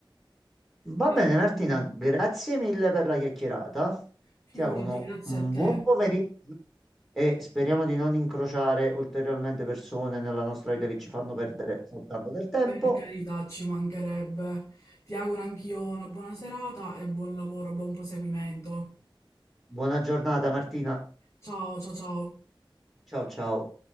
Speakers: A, in the centre; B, on the left.
A: Va
B: Carolina,
A: bene Martina, grazie mille per la chiacchierata.
B: Figurati,
A: Ti auguro
B: grazie
A: un
B: a te.
A: buon pomeriggio e speriamo di non incrociare ulteriormente persone nella nostra vita che ci fanno perdere soltanto del tempo.
B: Per carità, ci mancherebbe. Ti auguro anch'io una buona serata e buon lavoro, buon proseguimento.
A: Buona giornata Martina.
B: Ciao, ciao, ciao.
A: Ciao ciao.